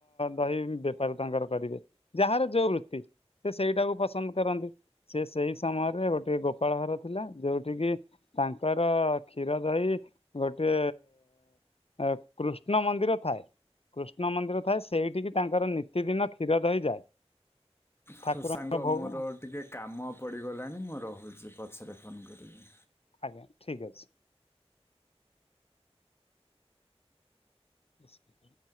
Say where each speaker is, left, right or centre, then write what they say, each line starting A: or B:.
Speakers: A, on the left; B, on the left.
A: ଦହି ବେପାର ତାଙ୍କର କରିବେ। ଯାହାର ଯୋଉ ବୃତ୍ତି ସେ ସେଇଟାକୁ ପସନ୍ଦ କରନ୍ତି ସେ ସେଇ ସମୟରେ ଗୋଟିଏ ଗୋପାଳ ଘର ଥିଲା ଯୋଉଠି କି। ତାଙ୍କର କ୍ଷୀର, ଦହି ଗୋଟେ। ଏ କୃଷ୍ଣ ମନ୍ଦିର ଥାଏ। କୃଷ୍ଣ ମନ୍ଦିର ଥାଏ ସେଇଠିକି ତାଙ୍କର ନିତିଦିନ କ୍ଷୀର, ଦହି ଯାଏ। ଠାକୁରଙ୍କ
B: ହଉ ସାଙ୍ଗ
A: ଭୋଗ
B: ମୋର ଟିକେ କାମ ପଡ଼ିଗଲାଣି ମୁଁ ରହୁଛି ପଛରେ ଫୋନ କରିବି।
A: ଆଜ୍ଞା ଠିକ୍ ଅଛି। ହସ୍ପିଟା